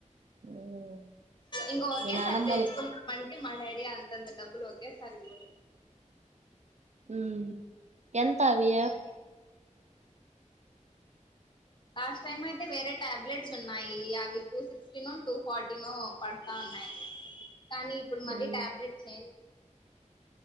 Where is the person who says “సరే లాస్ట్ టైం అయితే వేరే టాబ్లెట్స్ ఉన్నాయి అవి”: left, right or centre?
Left